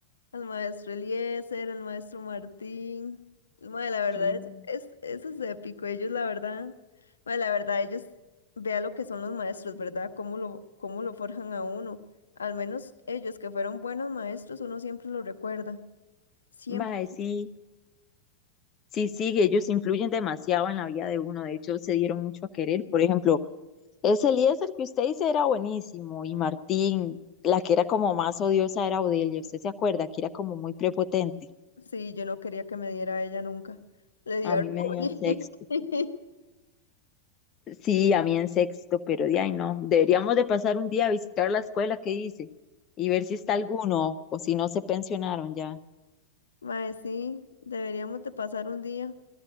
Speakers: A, on the left (about 70°); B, on the left (about 30°).
A: al maestro Eliezer, al maestro Martín. Mae, la verdad
B: Sí.
A: es, es, eso es épico. Ellos, la verdad, mae, la verdad, ellos vea lo que son los maestros, ¿verdad? Cómo lo, cómo lo forjan a uno. Al menos ellos que fueron buenos maestros, uno siempre lo recuerda. Siempre.
B: Mae, sí, sí, sí, ellos influyen demasiado en la vida de uno. De hecho, se dieron mucho a querer. Por ejemplo, Ese Eliezer que usted dice era buenísimo y Martín, la que era como más odiosa era Odelia, ¿usted se acuerda? Que era como muy prepotente.
A: Sí, yo no quería que me diera a ella nunca. Le dio
B: A mí
A: orgullo.
B: me dio en sexto.
A: <laughs>
B: Sí, a mí en sexto, pero de ahí no. Deberíamos de pasar un día a visitar la escuela que dice y ver si está alguno o si no se pensionaron ya.
A: Mae, sí, deberíamos de pasar un día.